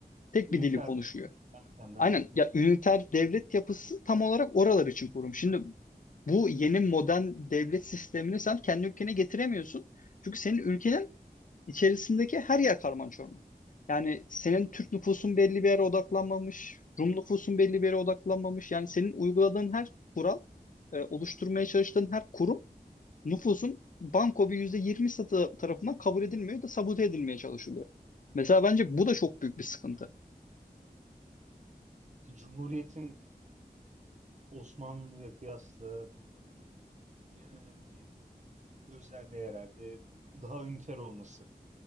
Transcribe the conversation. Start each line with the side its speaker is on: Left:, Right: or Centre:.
Left: Tek
Right: Ünferleşmeyi
Left: bir dili konuşuyor.
Right: erken devam
Left: Aynen
Right: etmiş.
Left: ya üniter devlet yapısı tam olarak oralar için kurulmuş. Şimdi bu yeni modern devlet sistemini sen kendi ülkene getiremiyorsun. Çünkü senin ülkenin İçerisindeki her yer karman çorman. Yani senin Türk nüfusun belli bir yere odaklanmamış, Rum nüfusun belli bir yere odaklanmamış. Yani senin uyguladığın her kural, e, oluşturmaya çalıştığın her kurum nüfusun banko bir %20 satı tarafından kabul edilmiyor da sabote edilmeye çalışılıyor. Mesela bence bu da çok büyük bir sıkıntı.
Right: Cumhuriyet'in Osmanlı'ya kıyasla en önemli özelliği herhalde daha üniter olması